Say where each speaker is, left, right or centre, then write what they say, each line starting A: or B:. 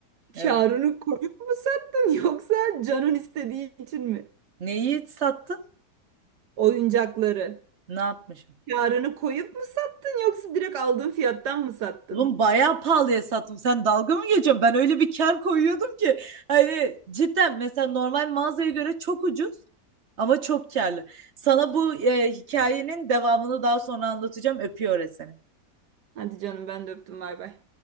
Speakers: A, on the right; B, on the right.
A: Evet.
B: Karını koyup mu sattın <laughs> yoksa canın istediği için mi?
A: Neyi sattın?
B: Oyuncakları.
A: Ne yapmış?
B: Karını koyup mu sattın yoksa direkt aldığın fiyattan mı sattın?
A: Oğlum bayağı pahalıya sattım. Sen dalga mı geçiyorsun? Ben öyle bir kar koyuyordum ki. Hani cidden mesela normal mağazaya göre çok ucuz ama çok karlı. Sana bu e, hikayenin devamını daha sonra anlatacağım. Öpüyor seni.
B: Hadi canım ben de öptüm bay bay.